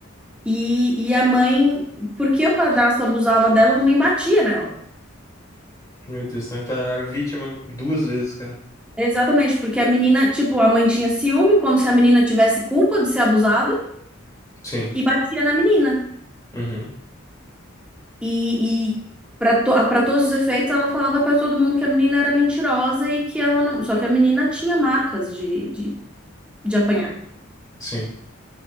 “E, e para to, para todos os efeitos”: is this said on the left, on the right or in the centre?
Centre